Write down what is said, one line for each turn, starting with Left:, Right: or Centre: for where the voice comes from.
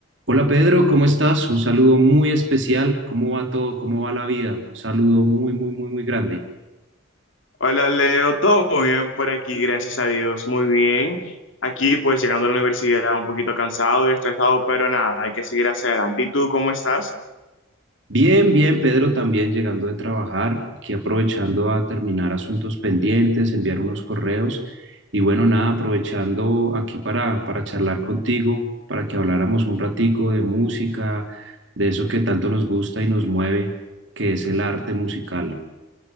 Right: Hola Pedro, ¿cómo estás? Un saludo muy especial. ¿Cómo va todo? ¿Cómo va la vida? Un saludo muy, muy, muy, muy grande.
Left: Hola Leo, todo bien por aquí, gracias a Dios, muy bien. Aquí pues llegando a la universidad un poquito cansado y estresado, pero nada, hay que seguir hacia adelante. ¿Y tú cómo estás?
Right: Bien, bien, Pedro, también llegando de trabajar, aquí aprovechando a terminar asuntos pendientes, enviar unos correos y bueno, nada, aprovechando aquí para, para charlar contigo, para que habláramos un ratico de música, de eso que tanto nos gusta y nos mueve, que es el arte musical.